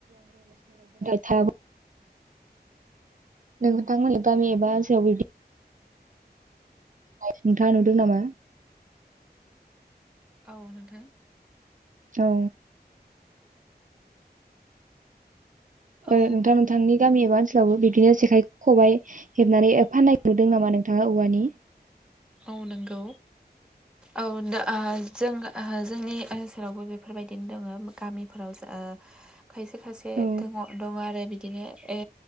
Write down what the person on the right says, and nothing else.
<unintelligible> नोंथांमोन गामि एबा ओनसोलावबो बिदि <unintelligible> नुदों नामा
औ
ओ नोंथां नोंथांनि गामि एबा ओनसोलाव बिदि बियो जेखाइ खबाइ हेबनानै एफानाय नुदों नामा नोंथाङा औवानि
औ